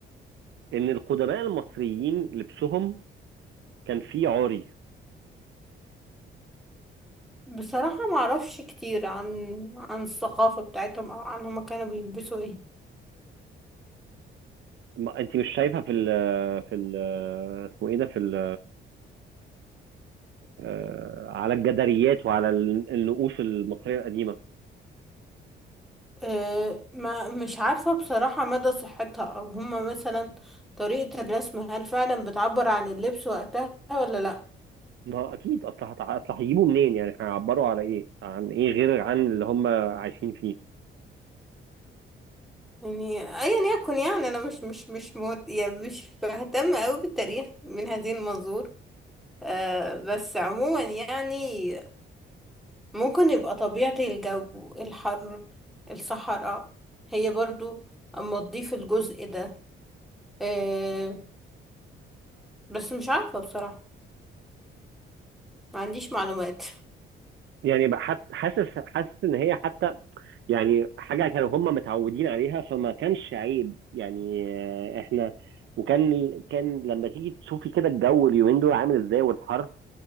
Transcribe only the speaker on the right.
ان القدماء المصريين لبسهم كان فيه عري
ما- انت مش شايفه في ال في ال اسمه ايه ده في ال آه، على الجداريات وعلى ال- النقوش المصريه القديمه
ما اكيد اصل هتع- اصل هيجيبوا منين يعني هيعبروا على ايه عن ايه غير عن اللي هم عايشين فيه
يعني بقى حت- حاسس حاسس ان هي حتى يعني حاجه كانوا هم متعودين عليها فما كانش عيب يعني آه، احنا وكان كان لما تيجي تشوفي كده الجو اليومين دول عامل ازاي والحر